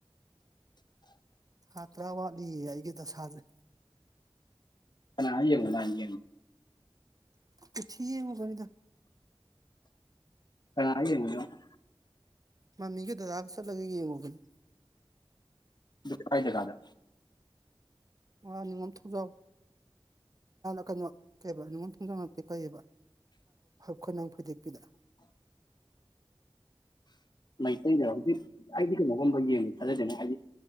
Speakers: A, on the right; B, on the left.
A: ꯊꯥ ꯇꯔꯥ ꯋꯥꯠꯂꯤꯌꯦ ꯑꯩꯒꯤ ꯗꯁꯥꯥꯁꯦ
B: ꯀꯅꯥ ꯌꯦꯡꯏ <inaudible>
A: ꯀꯨꯊꯤ ꯌꯦꯡꯉꯨ ꯕꯅꯤꯗ
B: ꯀꯅꯥ ꯌꯦꯡꯉꯨꯏ ꯅꯣꯕ
A: ꯃꯃꯤꯒ ꯗꯗꯥ ꯆꯠꯂ ꯌꯦꯡꯉꯨꯕꯅꯦ
B: ꯀꯥꯏ ꯖꯒꯥꯗꯅꯣ
A: ꯑ ꯅꯤꯉꯣꯝ ꯊꯣꯡꯖꯥꯎ ꯀꯩꯅꯣ ꯀꯩꯕ ꯅꯤꯡꯉꯣꯜ ꯊꯣꯡꯖꯥꯎ ꯅꯇꯦ ꯀꯩꯌꯦꯕ ꯈꯣꯏꯅꯪ ꯐꯩꯏꯗꯦꯛꯄꯤꯗ
B: ꯃꯩꯇꯩꯗꯔꯣ ꯍꯧꯖꯤꯛ ꯑꯩꯗꯤ ꯀꯩꯅꯣꯒꯨꯝꯕ ꯌꯦꯡꯕꯁꯦ ꯊꯥꯖꯗꯦꯅꯦ ꯍꯥꯏꯗꯤ